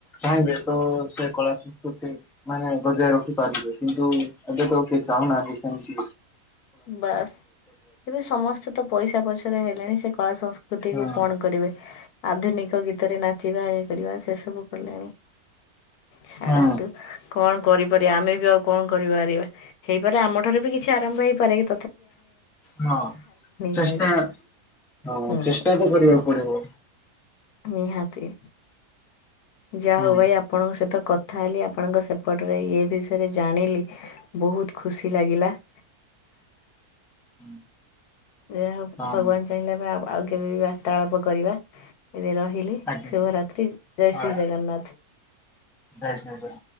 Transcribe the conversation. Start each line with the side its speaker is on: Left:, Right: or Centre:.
Centre: ଚାହିଁବେ ତ ସେ କଳା ସଂସ୍କୃତି ମାନେ ବଜାୟ ରଖିପାରିବେ କିନ୍ତୁ ଏବେ ତ କିଏ ଚାହୁଁ ହନା ଦେଖଛି
Left: ବାସ୍ ଏବେ ସମସ୍ତେ ତ ପଇସା ପଛେ ହେଲେଣି ସେ କଳା ସଂସ୍କୃତି
Centre: ହଁ।
Left: କୁ କଣ କରିବେ? ଆଧୁନିକ ଗୀତରେ ନାଚିବା ଇ କରିବା ସେ ସବୁ ପଡ଼ିଲଣି ଛାଡ଼ନ୍ତୁ
Centre: ହଁ
Left: କଣ କରିପାରିବା ଆମେ ବି ଆଉ କଣ କରିପାରିବା ହେଇପାରେ ଆମ ଠାରୁ ବି କିଛି ଆରମ୍ଭ ହେଇପାରେ କି?
Centre: ହଁ ଚେଷ୍ଟା
Left: ଯାଉଛେ
Centre: ହଁ
Left: ହୁଁ
Centre: ଚେଷ୍ଟା ତ କରିବାକୁ ପଡିବ।
Left: ନିହାତି ଯାହା
Centre: ହଁ
Left: ହଉ ଭାଇ ଆପଣଙ୍କ ସହିତ କଥା କଥା ହେଲି ଆପଣଙ୍କ ସେପଟରେ ଏଇ ବିଷୟରେ ଜାଣିଲି ବହୁତ ଖୁସି ଲାଗିଲା। <inaudible>
Centre: ହଁ।
Left: ଯାହା ହଉ
Centre: ହଁ
Left: ଭଗବାନ ଚାହିଁଲେ ଆମ ଆଉ କେବେ ବାର୍ତ୍ତାଳାପ କରିବା ଏବେ ରହିଲି
Centre: ଆଜ୍ଞା
Left: ଶୁଭରାତ୍ରି ଜୟ
Centre: ହଁ
Left: ଶ୍ରୀ ଜଗନ୍ନାଥ।
Centre: ଜୟ ସାଇରାମ।